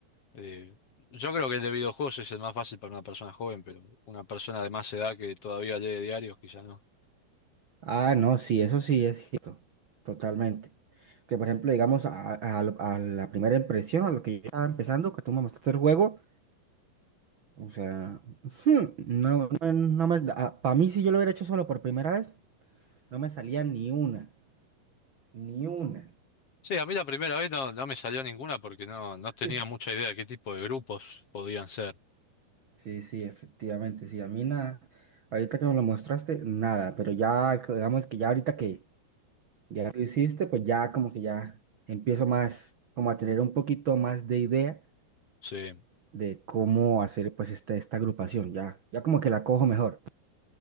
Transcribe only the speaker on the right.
Ah, no, sí, eso sí es cierto, totalmente. Que por ejemplo, digamos, a, a- a la primera impresión, a lo que yo estaba empezando, que tú me mostraste el juego, o sea, <laughs> hmm, no, no, no me, para mí si yo lo hubiera hecho solo por primera vez, no me salía ni una, ni una.
<laughs>
Sí, sí, efectivamente, sí, a mí nada, ahorita que me lo mostraste, nada, pero ya, que- digamos que ya ahorita que ya lo hiciste, pues ya como que ya empiezo más, como a tener un poquito más de idea
de cómo hacer pues esta, esta agrupación, ya, ya como que la cojo mejor.